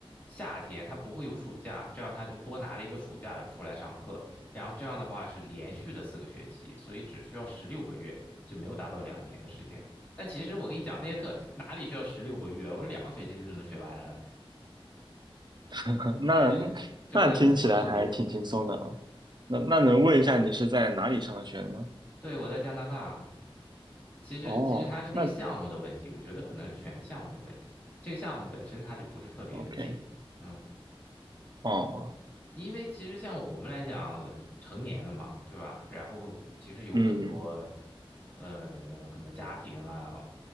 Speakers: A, on the left; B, on the right.
A: 夏天他不会有暑假，这样他就多拿了一个暑假出来上课。然后这样的话是连续的四个学期，所以只需要十六个月，就没有达到两年的时间。但其实我跟你讲，那些课哪里需要十六个月，我两个学期就就能学完了，
B: <laughs> 那
A: 感觉就是在拖时间。
B: 那听起来还挺轻松的啊。那那能问一下你是在哪里上的学吗？
A: 对，我在加拿大。其实其实它是那个项目的问题，
B: 哦，那
A: 我觉得可能是选的项目的问题。这个项目本身它就不是特别的紧，
B: OK，
A: 嗯，
B: 哦，
A: 因为其实像我们来讲，成年了嘛，对吧？然后其实有很多，
B: 嗯
A: 呃，可能家庭啊，